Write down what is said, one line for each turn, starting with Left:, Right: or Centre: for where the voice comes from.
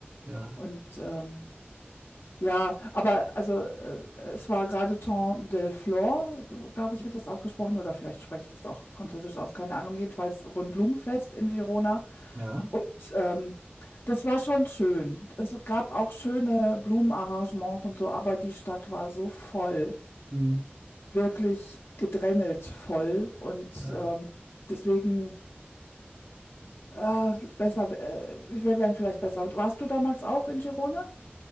Right: Ja,
Left: Und ähm, ja, aber also äh, es war gerade Temps del Delflor, glaube ich, wird das ausgesprochen, oder vielleicht spreche ich das auch französisch aus, keine Ahnung. Jedenfalls so ein Blumenfest in Girona.
Right: ja,
Left: Und ähm, das war schon schön. Es gab auch schöne Blumenarrangements und so, aber die Stadt war so voll,
Right: mhm.
Left: wirklich gedrängelt voll. Und
Right: Ja.
Left: ähm, deswegen äh, besser, äh, wir wären vielleicht besser. Warst du damals auch in Girona?